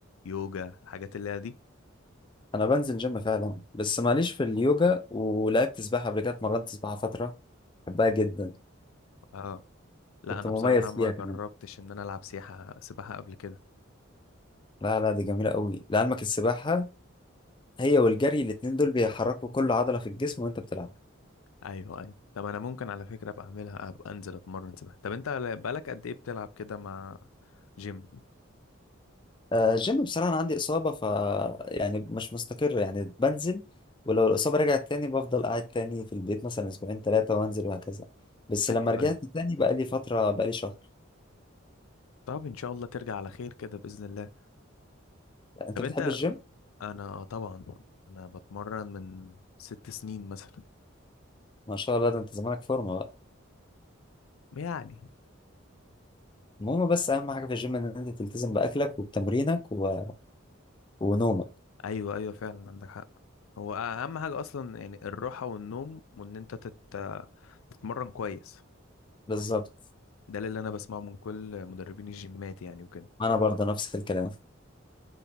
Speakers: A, on the left; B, on the left.
A: يوجا الحاجات اللي هي دي
B: انا بنزل جيم فعلا بس ماليش في اليوجا ولعبت سباحه قبل كده اتمرنت سباحه فتره بحبها جدا
A: اه لا
B: كنت
A: انا
B: مميز
A: بصراحة ما
B: فيها
A: جربتش
B: كمان
A: ان انا العب سياحة سباحة قبل كده
B: لا لا دي جميله قوي لعلمك السباحه هي والجري الاتنين دول بيحركوا كل عضلة في الجسم وانت بتلعب
A: ايوه ايوه طب انا ممكن على فكرة ابقى اعملها ابقى انزل اتمرن سباحة طب انت بقالك قد ايه بتلعب كده مع جيم
B: آه، الجيم بصراحة أنا عندي إصابة ف يعني مش مستقر يعني بنزل ولو الإصابة رجعت تاني بفضل قاعد تاني في البيت مثلا أسبوعين تلاتة وأنزل وهكذا بس لما
A: ايوه
B: رجعت
A: ايوه
B: تاني بقى لي فترة بقى لي شهر
A: طب ان شاء الله ترجع على خير كده باذن الله
B: أنت
A: طب
B: بتحب
A: انت
B: الجيم؟
A: انا آه طبعا انا بتمرن من ست سنين مثلا
B: ما شاء الله ده أنت زمانك فورمة بقى
A: يعني
B: المهم بس أهم حاجة في الجيم إن أنت تلتزم بأكلك وبتمرينك و... ونومك
A: ايوه ايوه فعلا عندك حق هو اهم حاجه اصلا يعني الراحه والنوم وان انت تت... تتمرن كويس
B: بالظبط
A: ده اللي انا بسمعه من كل مدربين الجيمات يعني وكده
B: أنا برضه نفس الكلام